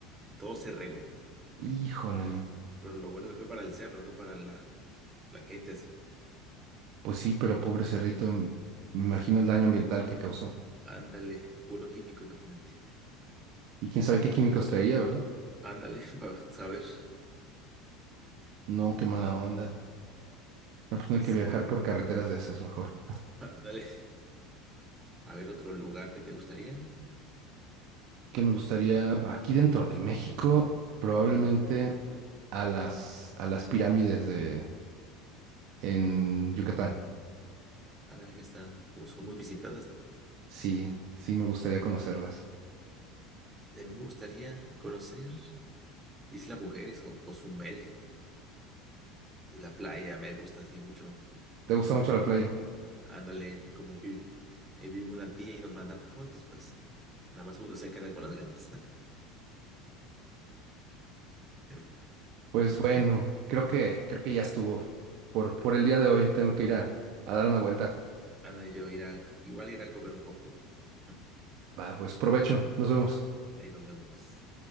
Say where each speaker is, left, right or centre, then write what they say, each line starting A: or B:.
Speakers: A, on the right; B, on the right.
A: y todo se regó.
B: Híjole.
A: Pero lo bueno que fue para el cerro, no para la, la gente así.
B: Pues sí, pero pobre cerrito, m- me imagino el daño ambiental que causó.
A: Ándale, puro químico, imagínate.
B: Y quién sabe qué químicos traía, ¿verdad?
A: Ándale, <laughs> para saber.
B: No, qué mala onda. No, pues
A: Pues
B: no hay que
A: sí,
B: viajar por carreteras de esas, mejor.
A: ándale. A ver otro lugar que te gustaría
B: Que me gustaría, aquí dentro de México, probablemente
A: o de
B: a las, a las pirámides de, en Yucatán.
A: ándale que están, pues, son muy visitadas, ¿no?
B: Sí, sí me gustaría conocerlas.
A: A mí me gustaría conocer. Isla Mujeres o Cozumel. Es la playa, me gusta así mucho.
B: ¿Te gusta mucho la playa?
A: Ándale, y como vive. Ahí vive una tía y nos manda pa' fotos, pues nada más uno se queda con las ganas. <laughs>
B: Pues
A: Pues
B: bueno,
A: sí,
B: creo que, creo que ya estuvo. Por, por el día de hoy tengo que ir a, a dar una vuelta.
A: Ana y yo irá, igual irá a comer un poco. <laughs>
B: Va, pues provecho, nos vemos.
A: Ahí nos vemos.